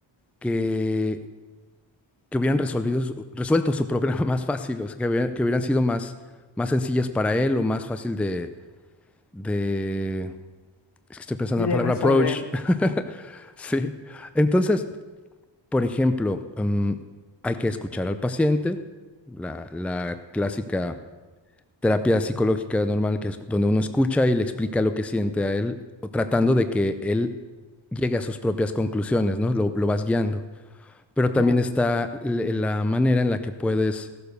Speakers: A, in the centre; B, on the left.
A: que, que hubieran resolvido su- resuelto su problema <laughs> más fácil, o sea, que hubieran, que hubieran sido más, más sencillas para él o más fácil de, de... Es que estoy pensando
B: De
A: en la palabra
B: resolver.
A: approach. <laughs> Sí. Entonces, por ejemplo, em, hay que escuchar al paciente, la la clásica terapia psicológica normal, que es donde uno escucha y le explica lo que siente a él, o tratando de que él llegue a sus propias conclusiones, ¿no? Lo, lo vas guiando. Pero también
B: Claro.
A: está l- la manera en la que puedes